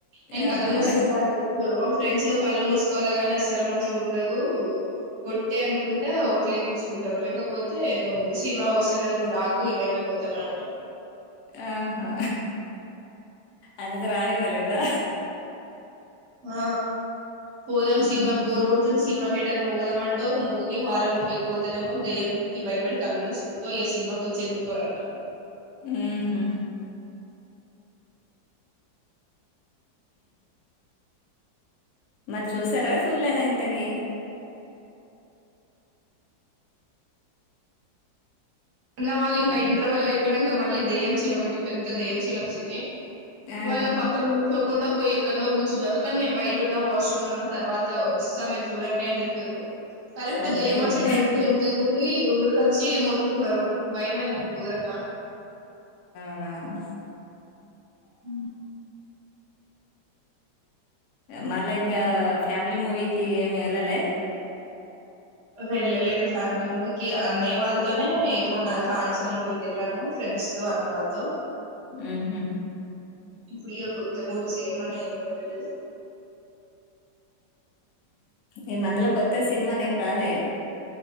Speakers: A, on the right; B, on the left.
A: నేను కళ్ళు
B: ఆహా
A: ముసుకుంటా అని తెలుసు ఫ్రెండ్స్ ను కళ్ళు మూసుకోవాలి గాని అస్సలు మంచి ఉండదు ఒట్టే అనుకుంటే ఒట్టలేపించుకుంటారు లేకపోతే నువ్వు సినిమా వస్తలే వు నువ్వు రాకు ఏమైనా పోతాం అని అంటారు
B: ఆహా! అందుకు రానివ్వలేదా
A: ఆ పోదాం
B: హ్మ్.
A: సినిమాకి బోర్ కొడుతుంది సినిమాకి థియేటర్ పోదామంటో మూవీకి హారర్ మూవీకి పోతేనేమో దయ్యంకి భయపడి కళ్ళలు మూసుకుంటావ్ ఏ సినిమాకి వచ్చేందుకు అంటారు
B: హ్మ్ హు మరి చూసారా చూడలేదా ఇంతకి
A: ఉన్నవాళ్ళు ఇంక
B: స
A: ఇంటర్వెల్ అయి ప్పినక మళ్ళీ దయ్యం సీన్ ఒకటి పెద్ద దయ్యం సీన్ వచ్చింది
B: ఆ!
A: వాళ్ నా పక్కన కూసో కొంత పొయ్యి ఎక్కడన్నొ కూ వున్నారు కానీ మేము బయట ఉన్న వాష్రూమ్ లో ఉన్నా తర్వాత వస్తా మీరు చూడండి అని చెప్పిర్రు కరెక్ట్
B: సరిపోయింది.
A: దయ్యం వచ్చే టైంకిి ఎంత తగిరి ఊరికొచ్చి కున్నారు భయమైనప్పుడు ఘోరంగా
B: ఆ
A: హ
B: మళ్ళా ఇంకా ఫ్యామిలీ మూవీకి ఏమి వెళ్ళలే
A: వెళ్ళలేదు ఫ్యామిలీ మూవీకి అనే వాళ్ళతోనే ఏమున్నా కాంచిన మూవీకి వెళ్ళాను ఫ్రెండ్స్ తో అన్న వాళ్ళతో
B: ఊహూ
A: ఇప్పుడ ఓ కొత్త మూవీసేమన్నాయొ తెలీదు
B: ఈ మధ్యలో కొత్త సినిమాలు ఏం రాలే